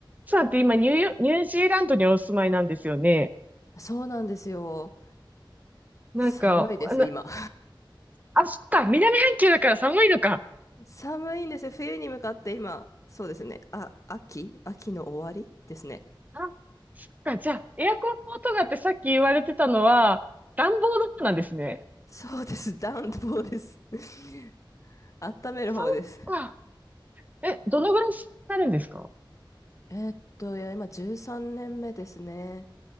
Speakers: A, on the right; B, on the left.
A: さんって今ニューヨ、ニュージーランドにお住まいなんですよね。
B: そうなんですよ。
A: なんか、
B: 寒いです、
A: あの、
B: 今。<laughs>
A: あ、そっか、南半球だから寒いのか。
B: 寒いんですよ。冬に向かって今。そうですね。あ、秋秋の終わりですね。
A: あ、そっか、じゃあ、エアコンの音がってさっき言われてたのは、暖房の音なんですね。
B: そうです。<laughs> 暖房です。<laughs> 温める方です。
A: そっか。え、どのぐらいになるんですか
B: えーっと、いや、今13年目ですね。